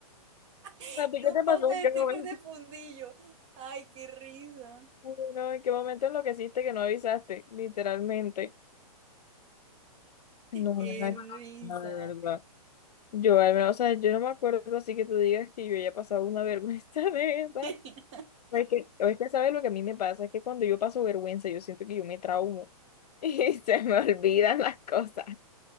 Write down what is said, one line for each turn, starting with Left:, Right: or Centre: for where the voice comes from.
Right: <laughs>
Left: ¿A ti
Right: Y
Left: qué
Right: un
Left: te
Right: poco
Left: pasó?
Right: de
Left: ¿En qué
Right: sticker
Left: momento?
Right: de fundillo. Ay, qué risa,
Left: Ay, No, ¿en qué momento enloqueciste que no avisaste? Literalmente. No,
Right: qué
Left: no, no,
Right: risa.
Left: no, de verdad. Yo al menos, o sea, yo no me acuerdo así que tú digas que yo haya pasado una vergüenza <laughs> de esa.
Right: <laughs>
Left: O es que, o es que sabes lo que a mí me pasa, es que cuando yo paso vergüenza, yo siento que yo me traumo <laughs> y se me olvidan las cosas.